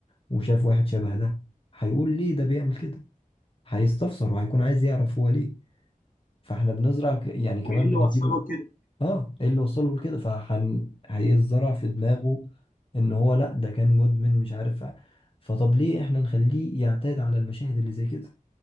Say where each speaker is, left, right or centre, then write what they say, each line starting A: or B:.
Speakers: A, on the left; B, on the left.
A: وشاف واحد شبه ده هيقول ليه ده بيعمل كده هيستفسر وهيكون عايز يعرف هو ليه فاحنا بنزرع ك... يعني كمان
B: وإيه اللي
A: بنديله
B: وصله لكده؟
A: اه ايه اللي وصله لكده فحن هيزرع في دماغه ان هو لا ده كان مدمن مش عارف فطب ليه احنا نخليه يعتاد على المشاهد اللي زي كده